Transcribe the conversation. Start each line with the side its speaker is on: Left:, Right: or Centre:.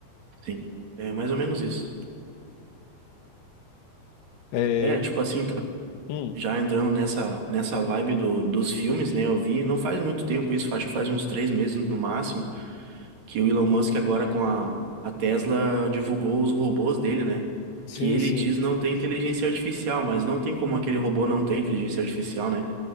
Right: sim. É mais ou menos isso.
Left: É,
Right: É, tipo
Left: c-
Right: assim, tá-
Left: hum,
Right: já entrando nessa, nessa vibe do, dos filmes, né? Eu vi, não faz muito tempo isso, acho que faz uns três meses no máximo, que o Elon Musk agora com a, a Tesla divulgou os robôs dele, né?
Left: sim,
Right: Que ele
Left: sim.
Right: diz não ter inteligência artificial, mas não tem como aquele robô não ter inteligência artificial, né?